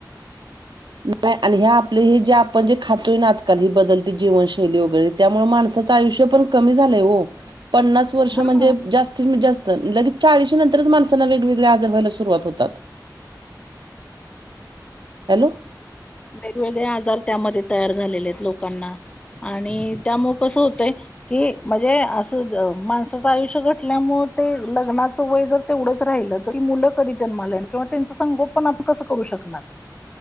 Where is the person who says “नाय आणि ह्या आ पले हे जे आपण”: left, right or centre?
Right